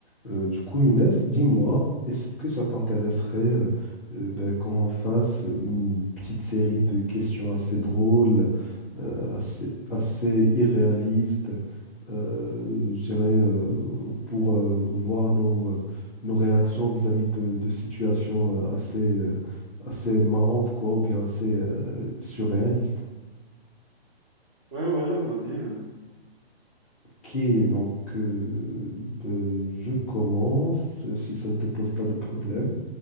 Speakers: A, in the centre; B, on the right.
A: Euh, du coup, Younes, dis-moi, est-ce que ça t'intéresserait euh, euh, ben, qu'on fasse une petite série de questions assez drôles, euh, assez, assez irréalistes, euh, je dirais, euh, pour euh, voir nos, euh, nos réactions vis-à-vis de, de situations euh, assez, euh, assez marrantes, quoi, ou bien assez euh, surréalistes.
B: Ouais, ouais, vas-y. euh.
A: Ok, donc euh, ben, je commence, si ça ne te pose pas de problème.